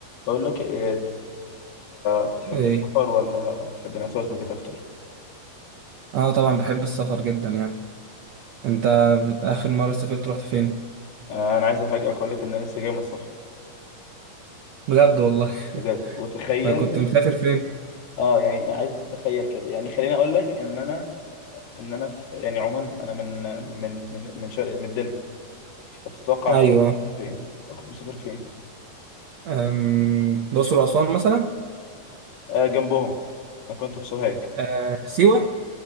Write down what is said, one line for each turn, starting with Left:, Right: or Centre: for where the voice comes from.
Left: بقول لك ايه انت بتحب
Right: ايه
Left: السفر ولا بتحب انك تقعد في البيت اكتر
Right: اه طبعا بحب السفر جدا يعني انت بت- اخر مرة سافرت رحت فين
Left: آه، انا عايز افاجئك اقول لك ان انا لسه جاي من السفر
Right: بجد والله <laughs>
Left: بجد وتخيل
Right: أنت كنت مسافر فين
Left: اه يعني عايزك تتخيل كده يعني خليني اقول لك ان انا ان انا في يعني عموما انا من من من من شرق من الدلتا فتتوقع
Right: ايوه
Left: كنت فين أو كنت مسافر فين
Right: أم... الاقصر واسوان مثلا
Left: آه جنبهم انا كنت في سوهاج
Right: أه... سيوة